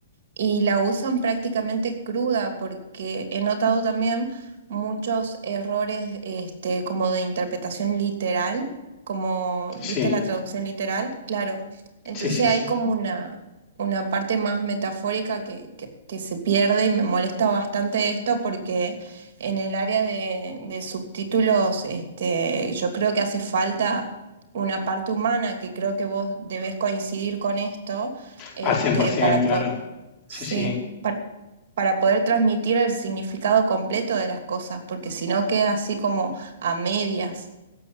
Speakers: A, on the right; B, on the left.
A: y la usan prácticamente cruda porque he notado también muchos errores este, como de interpretación literal, como, ¿viste
B: Sí,
A: la traducción literal? Claro. Entonces
B: sí, sí, sí.
A: hay como una, una parte más metafórica que, que- que se pierde y me molesta bastante esto porque en el área de, de subtítulos este, yo creo que hace falta una parte humana que creo que vos debés coincidir con esto este,
B: Al 100%,
A: para, po-
B: claro.
A: Sí,
B: Sí, sí.
A: par- para, poder transmitir el significado completo de las cosas, porque si no queda así como a medias.